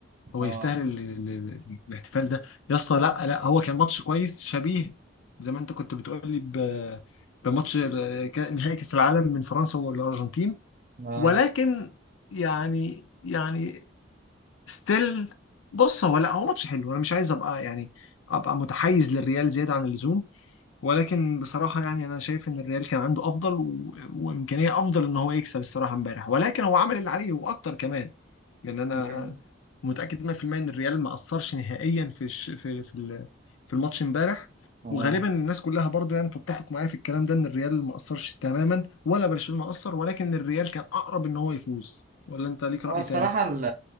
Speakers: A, on the left; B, on the right.
A: هو
B: اه
A: يستاهل ال... ال... ال- الاحتفال ده يا اسطى لا لا هو كان ماتش كويس شبيه زي ما انت كنت بتقول لي ب... بماتش ال- ك- نهائي كاس العالم من فرنسا والارجنتين
B: اه
A: ولكن يعني يعني ستيل بص هو لا هو ماتش حلو انا مش عايز ابقى يعني ابقى متحيز للريال زياده عن اللزوم ولكن بصراحه يعني انا شايف ان الريال كان عنده افضل و... وامكانيه افضل ان هو يكسب الصراحه امبارح ولكن هو عمل اللي عليه واكتر كمان لان انا
B: مم.
A: متاكد 100% ان الريال ما اثرش نهائيا في الش... في في ال- في الماتش امبارح
B: اه
A: وغالبا الناس كلها برضو يعني تتفق معايا في الكلام ده ان الريال ما اثرش تماما ولا برشلونه اثر ولكن الريال كان اقرب ان هو يفوز ولا انت ليك راي
B: هو الصراحة
A: تاني
B: ال-